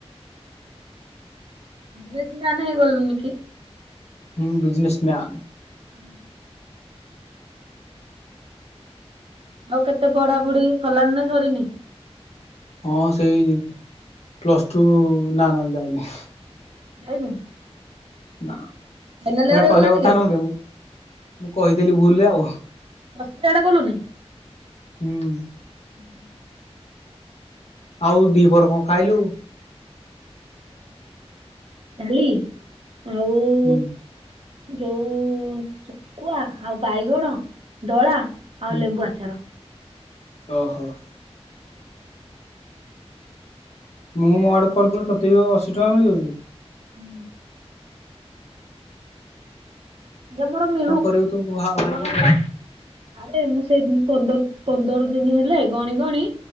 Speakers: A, on the right; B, on the left.
A: ବିସ୍ ମ୍ୟାନ୍ ହେଇଗଲୁନି କି?
B: ହୁଁ ବିଜନେସମ୍ୟାନ୍।
A: <inaudible> ଆଉ କେତେ ପଢା ପଢି ସଲାନି ନା ସରିନି?
B: ହଁ ସେଇ ପ୍ଲସ ଟୁ ନା ନା ଯାଇନି।
A: ଯାଇନୁ।
B: ନା
A: ଫାଇନାଲ
B: ସେରା
A: ଇୟର ହେଇଗଲାନି
B: କହିବା କଥା
A: କି ଆଉ
B: ନୁହନି ମୁଁ କହିଦେଲି ଭୁଲରେ ଆଉ।
A: ସସ୍ ପ୍ୟାଡ କଲୁନି।
B: ହୁଁ।
A: <inaudible>
B: ଆଉ ଦିପହର କଣ ଖାଇଲୁ?
A: କାଲି। ଆଉ
B: ହୁଁ।
A: ଯୋଉ ଶୁକୁଆ ଆଉ ବାଇଗଣ ଦଳା, ଆଉ
B: ହୁଁ
A: ଲେମ୍ବୁ ଆ ଚାର।
B: ଓହୋ। ମୁଁ ମୋ ଆଡୁ କଲ କଲେ ତତେ ବି ଅ ଅଶି ଟଙ୍କା ମିଳିବ ଯେ।
A: ହୁଁ। ୟେ ମୋର ମି
B: କଣ କରିବୁ ତୁ ଭା ଭା
A: ଆରେ ମୁଁ ସେଇ ପନ୍ଦର ପନ୍ଦର ଦିନ ହେଲେ, ଗଣି ଗଣି